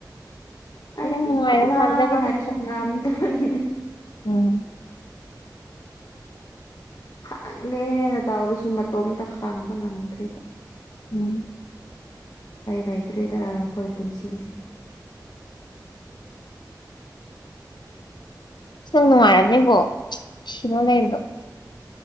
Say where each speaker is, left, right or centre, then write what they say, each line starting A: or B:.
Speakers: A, on the left; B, on the left.
A: ꯑꯩꯗꯤ
B: ꯌꯥꯝ ꯅꯨꯡꯉꯥꯏꯔꯕ
A: ꯍꯣꯠꯅꯒꯦ
B: ꯃꯥꯜꯂꯤꯗ ꯃꯥ
A: ꯍꯥꯏꯔꯁꯨ
B: ꯍꯧꯖꯤꯛꯀꯥꯟ
A: ꯉꯝꯗꯕꯒꯤꯅꯦ
B: ꯎꯝ
A: ꯍꯡꯒꯦꯅ ꯇꯧꯔꯁꯨ ꯃꯇꯣꯝꯇ ꯍꯡꯕ ꯉꯝꯗ꯭ꯔꯤꯕ
B: ꯎꯝ
A: ꯂꯩꯇ꯭ꯔꯦꯗ ꯑꯩꯈꯣꯏ ꯄꯨꯟꯁꯤꯁꯦ
B: ꯅꯨꯡꯉꯥꯏꯔꯝꯅꯤꯕꯣ ꯅꯨꯡꯁꯤꯕ ꯂꯩꯕꯗꯣ